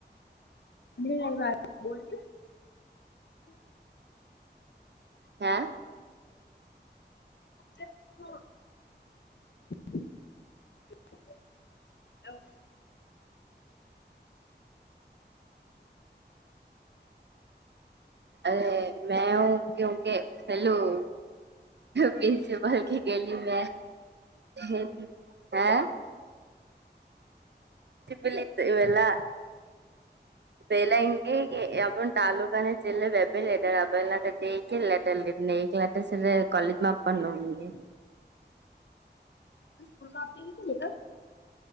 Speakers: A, on the left; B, on the right.
A: ની એવુ લાગે બોલ જે
B: હે <unintelligible>
A: <inaudible>
B: અરે મે હુ કે હુ કે પેલું પ્રિન્સિપલ કે ગલી મ હે તબલ તો વેલા બેલા હિંગે એબન તાલુકા અને જિલ્લા બેબલાર <unintelligible> લટેર લય ગેલા સે લટર કલેજમાંપા નંગે <unintelligible>
A: ત સ્કૂલમાં આપેલું છે લેટર